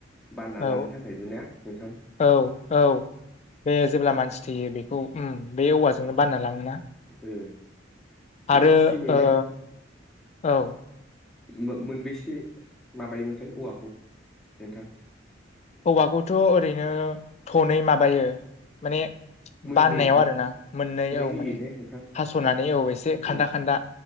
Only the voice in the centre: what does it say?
बानना
लांनो थाखायबो ने नोंथां
ओ
मानसि थैनायाव
मोनबैसे माबायोमोनथाय औवाखौ नोंथां
मोननै
होयो
ने नोंथां
ओ